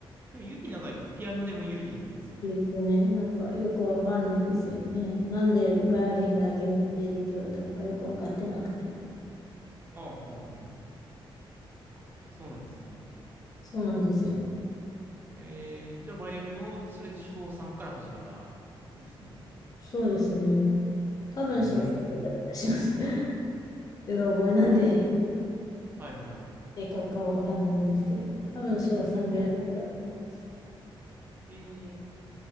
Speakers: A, on the right; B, on the left.
A: でも指長いってピアノでも有利ですよね。
B: ですよね。なんかよくわかんないんですよね。なんでバイオリンだけ向いてるって言われたのかよくわかってなくて。
A: ああ、はんはん。あ、そうなんですね。
B: そうなんですよ。
A: えー、じゃあ、バイオリンを、それで小さんから始めたんですね。
B: そうですね。多分少3だった気がします。
A: うーん。
B: <laughs> うろ覚えなんで、
A: はいはい。
B: 正確かはわかんないんですけど、多分小3ぐらいだったと思います。
A: うん。えー、